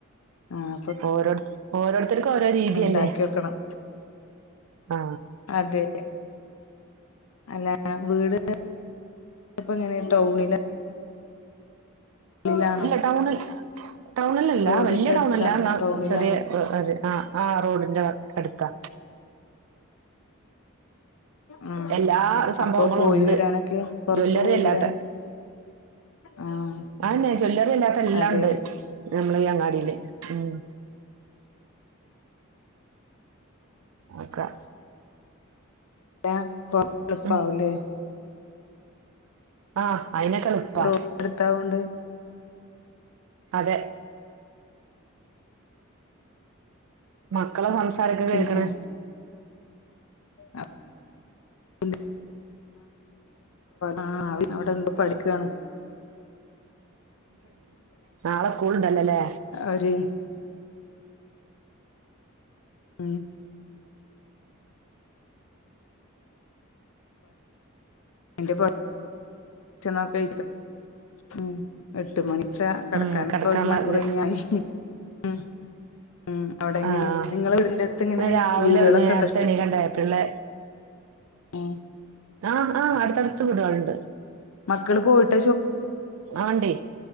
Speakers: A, on the left; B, on the right.
A: ആഹ്
B: ഓരോ ഓരോരുത്തർക്കും ഓരോ രീതിയല്ലേ
A: ഉണ്ടാക്കി നോക്കണം
B: ആ
A: അതെ അല്ല വീട് ഇപ്പം എങ്ങനെ ടൗണിലാ ഉള്ളിലാണോ
B: ഇല്ല ടൗണിൽ ടൗണിലല്ല
A: റോഡിലൊക്കെ
B: വല്യ ടൗണല്ല
A: അടുത്താണോ
B: എന്ന
A: ടൗണിലാണോ
B: ചെറിയ ഒരു ആ ആഹ റോഡിന്റെ അടുക്കാ
A: ആഹ്
B: എല്ലാ സംഭവങ്ങളും
A: അപ്പൊ പോയി
B: ഉണ്ട്
A: വരാനൊക്കെ പൊറത്ത്
B: ജ്വല്ലറി
A: പോയി
B: അല്ലാത്ത.
A: വരാന് ആഹ്
B: ആന്നെ ജ്വല്ലറി അല്ലാത്ത എല്ലണ്ട്
A: അതെ
B: നമ്മള ഈ അങ്ങാടില്ലേ ഉം. ഒക്കെ
A: പ
B: ഉം
A: പാവല്ലെ.
B: ആഹ് അയിനൊക്കെളുപ്പാ
A: റോഡ് അടുത്താവോണ്ട്
B: അതെ മക്കളെ സംസാരിക്ക കേൾക്കണ്
A: പിന്നെ ആഹ് ആ അവിടെണ്ട് പഠിക്കണ്
B: നാളെ സ്കൂള ണ്ടല്ലോല്ലേ
A: അവര് ഉം ന്റെ ഛണോക്കഴ ഉം എട്ട് മണി അക്ഷ കിടക്കാൻ
B: ഉം കിടക്കാനുള്ള
A: ഇപ്പ ഒരു മണിക്കൂർ
B: ഇത്
A: കഴിഞ്ഞായി ഉം. ഉം അവിടെ എങ്ങനെ
B: ആഹ്
A: നിങ്ങള വീടിറെ അടുത്ത് എങ്ങനെ
B: രാവിലെ
A: വീടുകളൊക്കെണ്ട
B: നേരത്തെ
A: ഇഷ്ട
B: എണീക്കണ്ടേ പിള്ളേ
A: ഉം
B: ആഹ് ആഹ് അടുത്തടുത്ത് വീടെളുണ്ട്.
A: മക്കൾ പോയിട്ട
B: ആണ്ടേ